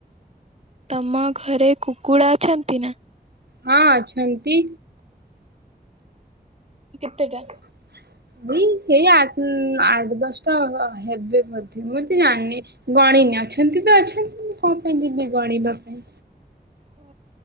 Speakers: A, on the right (about 40°); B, on the right (about 75°).
A: ତମ ଘରେ କୁକୁଡ଼ା ଅଛନ୍ତି ନା?
B: ହଁ ଅଛନ୍ତି।
A: କେତେଟା
B: <inaudible> ଏଇ ସେଇ ଆ ଉଁ ଆଠ ଦଶଟା ହେବେ ବୋଧେ ମୁଁ ତ ଜାଣିନି ଗଣିନି ଅଛନ୍ତି ତ ଅଛନ୍ତି। ମୁ କଣ ପାଇଁ ଯିବି ଗଣିବା ପାଇଁ
A: ହଁ